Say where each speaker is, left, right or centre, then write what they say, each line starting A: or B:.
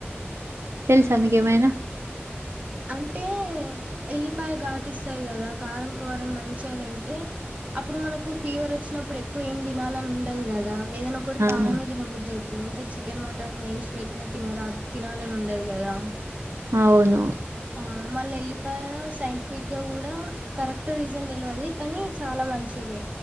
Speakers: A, on the right; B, on the right.
A: తెలుసా మీకేమైనా
B: అంటే ఎల్లిపాయ ఘాటిస్తది కదా కారం కారం మంచిగ తింటే అప్పుడు మనకు ఫీవర్ వచ్చినప్పుడు ఎక్కువ ఏం తినాలని ఉండదు కదా ఏదైనా ఒకటి
A: ఆహా.
B: కారమే దినబుద్ధయిత్ ఎంత చికెన్ మటన్ ఏసీ పెట్న తినరాద్ తినాలని ఉండదు కదా
A: అవును
B: ఆ మళ్ళీ ఎల్లిపాయ సైంటిఫిగక్ గా కూడా కరెక్ట్ రీజన్ తెలివది కానీ చాలా మంచిది